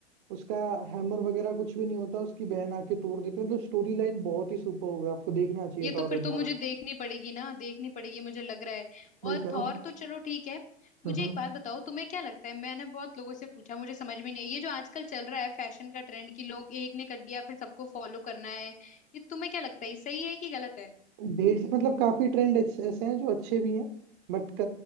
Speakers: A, on the right; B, on the left.
A: उसका हैमर वगैरह कुछ भी नहीं होता उसकी बहन आके तोड़ देती है मतलब स्टोरी लाइन बहुत ही सुपर है आपको देखना चाहिए
B: ये तो
A: था और
B: फिर
A: रेगनारॉक
B: तो मुझे देखनी पड़ेगी ना देखनी पड़ेगी मुझे लग रहा है
A: वही
B: और
A: कह रहा
B: थॉर
A: हूँ
B: तो चलो ठीक है मुझे
A: हम्म।
B: एक बात बताओ तुम्हें क्या लगता है मैंने बहुत लोगों से पूछा मुझे समझ में नहीं है ये जो आजकल चल रहा है फैशन का ट्रेंड कि लोग एक ने कर लिया फिर सबको फॉलो करना है ये तुम्हें क्या लगता है ये सही है कि गलत है
A: ढेर से मतलब काफी ट्रेंड ऐसे ऐसे हैं जो अच्छे भी हैं बट